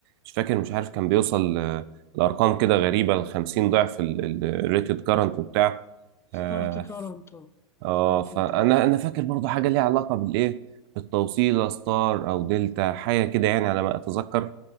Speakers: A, on the right; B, on the left.
A: مش فاكر مش عارف كان بيوصل ل- لارقام كده غريبه ل 50 ضعف الريتد كارنت وبتاع اه
B: ستارت كارنت اه
A: آه،
B: ستارتنج
A: فانا
B: كارنت
A: انا فاكر برضو حاجه ليها علاقه بالايه بالتوصيله ستار او دلتا حاجه كده يعني على ما اتذكر